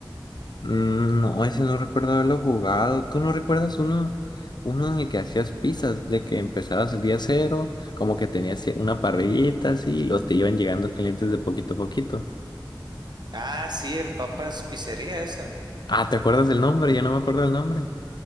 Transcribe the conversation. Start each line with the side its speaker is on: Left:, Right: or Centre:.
Left: Mm, No, ese no recuerdo haberlo jugado. ¿Tú no recuerdas uno, uno en el que hacías pizzas, de que empezabas el día cero, como que tenías ci- una parrillita así, y te iban llegando clientes de poquito a poquito?
Right: Ah, sí, el Papas Pizzería ese.
Left: Ah, ¿te acuerdas del nombre? Yo no me acuerdo del nombre.